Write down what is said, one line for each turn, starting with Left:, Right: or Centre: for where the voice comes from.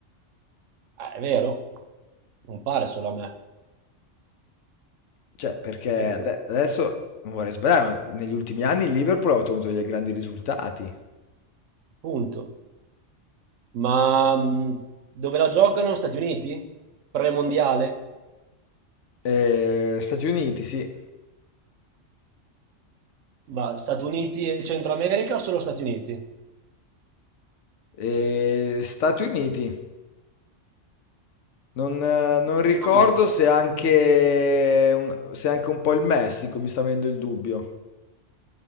Right: Ah, è vero, non pare solo a me.
Left: Cioè, perché
Right: E-
Left: ade- adesso non vorrei sbagliare, ma negli ultimi anni il Liverpool ha ottenuto dei grandi risultati.
Right: Appunto. Ma mh, dove la giocano? Stati Uniti? Premondiale?
Left: Eh, Stati Uniti, sì.
Right: Ma Stati Uniti e Centro America o solo Stati Uniti?
Left: Eh, Stati Uniti. Non, eh, non ricordo
Right: secondo punito.
Left: se anche, un, se anche un po' il Messico mi sta avendo il dubbio.